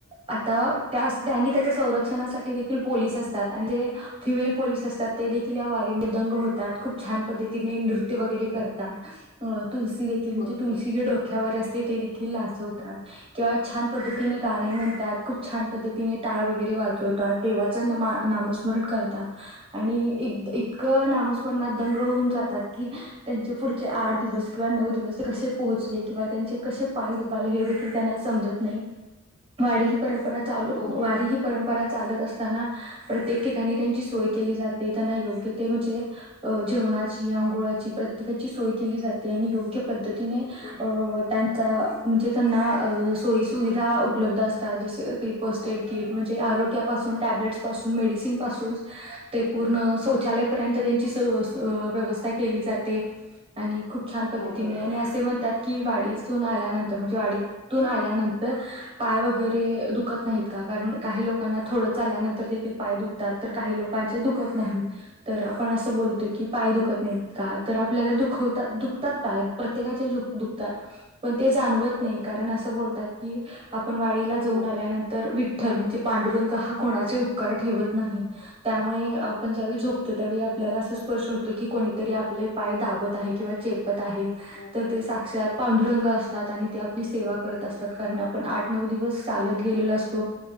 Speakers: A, on the right; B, on the left.
A: आता त्या स्थानी त्याच्या संरक्षणासाठी देखील पोलीस असतात आणि जे फिमेल पोलीस अस तात ते देखील या वारीमध्ये दंग होतात खूप छान पद्धतीने नृ त्य वगैरे
B: हो
A: करतात. <unintelligible> तुलसी देखील म्हणजे
B: बरोबर
A: तुळशी जी डोक्यावर अस ते ती देखील नाचवतात. किंवा एक छान पद्धतीने गाणे म्हणतात खूप छान पद्धतीने टाळ वगैरे वाजवतात देवाचं न मा नामस्मरण
B: हो
A: करतात. आणि इद इतकं नामस्मरणात दंग होऊन जातात की, त्यांचे पुढचे आठ दिवस किंवा नऊ दिवस कसे पोहोचले किंवा त्यांचे कसे पाय दुखले हे देखील त्यांना समजत नाही. वारी ही परंपरा चालू
B: हो
A: वारी ही परंपरा चालत असताना प्रत्येक ठिकाणी त्यांची सोय केली जाते त्यांना योग्य ते म्हणजे अ जेवणाची, अंघोळाची प्रत्येकाची सोय केली जाते आणि योग्य पद्ध तीने
B: हो
A: अ त्या चा म्हणजे त्यांना अ सोयीसुविधा उपलब्ध असतात जसे की फस्ट एड कीट म्हणजे आरोग्यापासून, टॅब्लेट्सपासून, मेडिसिनपासून ते
B: हो
A: पूर्ण शौचालय र्यंत त्यांची व्यवस्था केली जाते आणि खूप छान पद्धतीने
B: हो बरोबर
A: आणि असे म्हणतात की वाडीसून आल्यानंतर म्हणजे वाडीतून आल्यानंतर पाय वगैरे दुखत नाहीत का कारण काही लोकांना थोडं चालल्यानंतर देखील पाय दुखतात तर काही लोक दुखत नाही
B: हो
A: तर आपण असं बोलतो की पाय दुखत नाहीत का तर आपल्याला दुखवत दुखतात पाय प्रत्येकाचे द दुखतात पण ते जाणवत नाही कारण असं बोलतात की आप आपण वाडीला जाऊन
B: हो
A: आल्यानंतर वि विठ्ठल म्हणजे पांडुरंग हा कोणाचे उपकार ठेवत नाही त्यामुळे आपण ज्यावेळी झोपतो त्यावेळी आपल्याला असं स्पर्श होतं की कोणीतरी आपले पाय दाबत आहे किंवा चेप आहे
B: हो
A: तर ते साक्षात पांडुरंग असतात आणि ते आपली सेवा करत असतात कारण आपण आठ नऊ दिवस चालवत गेले असतो